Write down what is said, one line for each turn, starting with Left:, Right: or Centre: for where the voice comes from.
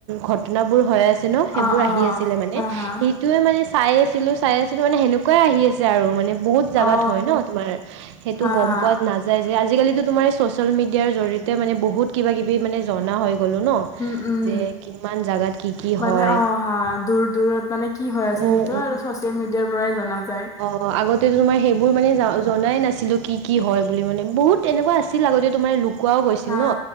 Right: ঘটনাবোৰ হৈ আছে ন সেইবোৰ
Left: অ
Right: আছিল
Left: অ
Right: মানে
Left: হা হা
Right: সেইটে মানে চাই আছিলো। চাই আছো তাৰানে সেনেকুৱাই আহি আছে আৰু মানে বহুত জাগাত
Left: অ
Right: হয় ন তোমাৰ সেইটো
Left: হা
Right: গম
Left: হা
Right: পোৱাত নায যাই যে আজিকালিতো তোমাৰ এই ছচিয়েল মিডিয়াৰ জৰিয়তে মানে বহুত কিবা কিবি মানে জনা হৈ গ'লো ন।
Left: উম উম
Right: যে কিমান জাগাত কি কি?
Left: মানে
Right: হয়
Left: অ হা দূৰ দূৰত মানে কি হৈ আছে সেইটো
Right: উম
Left: আৰু ছচিয়েল মিডিয়াৰ পৰাই জনা যায়।
Right: অ' আগতেো তোমাৰ সেইবোৰ মানে জনাই নাছিলো কি কি হয় বুলি মানে বহুত এনেকুৱা আছে আগতে তোমাৰ লুকুৱও গৈছিল
Left: হা
Right: ন